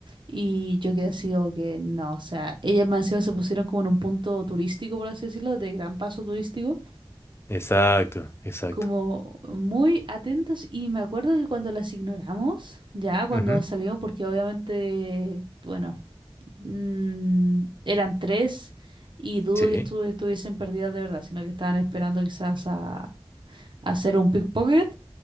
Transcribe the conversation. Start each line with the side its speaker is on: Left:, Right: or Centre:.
Right: Y yo quedé así como que no, o sea, ellas más encima se pusieron como en un punto turístico, por así decirlo, de gran paso turístico,
Left: Exacto, exacto.
Right: como muy atentas. Y me acuerdo que cuando las ignoramos, ya cuando
Left: Ujú.
Right: salimos, porque obviamente, bueno, mm, eran tres y dudo
Left: Sí,
Right: que estu- estuviesen perdidas de verdad, sino que estaban esperando quizás a a hacer un pickpocket.